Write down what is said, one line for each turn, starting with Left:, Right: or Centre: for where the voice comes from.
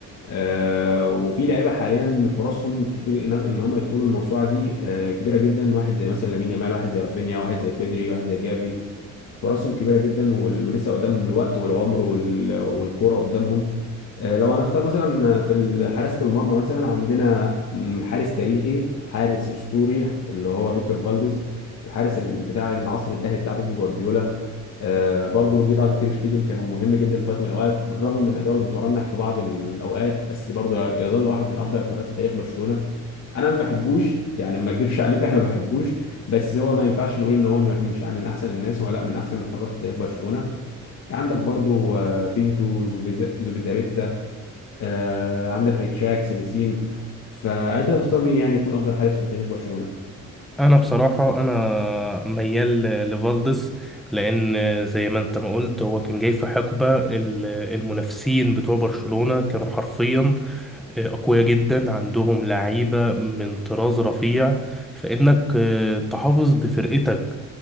Left: آه، وفي لعيبه حاليا فرصهم كتير ان إن هم يدخلوا الموسوعه دي آه، كبيره جدا واحد زي مثلا لامين يامال واحد زي رافينيا واحد زي بيدري واحد زي جافي فرصهم كبيره جدا وال- ولسه قدامهم الوقت والعمر وال- والكوره قدامهم آه، لو هنختار مثلا في ال- حراسه المرمى مثلا عندنا مم، حارس تاريخي حارس اسطوري اللي هو فيكتور فالديز الحارس ال- بتاع العصر الذهبي بتاع بيب جوارديولا آه، برضه جه بعده تير شتيجن كان مهم جدا في وقت من الاوقات بالرغم من اداؤه المترنح في بعض الاوقات بس برضه يظل واحد من افضل الحراس في تاريخ برشلونه انا ما بحبوش يعني ما اكذبش عليك انا ما بحبوش بس هو ما ينفعش نقول ان هو مش من احسن الناس هو لا من احسن الحراس في تاريخ برشلونه كان عندك برضو آه، بينتو زوبيزا- زوبيزاريتا آه، عندك ريتشاك سيليسين فانت تختار مين يعني يكون افضل حارس في تاريخ برشلونه
Centre: انا بصراحه انا ميال ل- لفالدس لان زي ما انت ما قلت هو كان جاي في حقبه ال- المنافسين بتوع برشلونه كانوا حرفيا آه، اقوياء جدا عندهم لعيبه من طراز رفيع فانك آه، تحافظ بفرقتك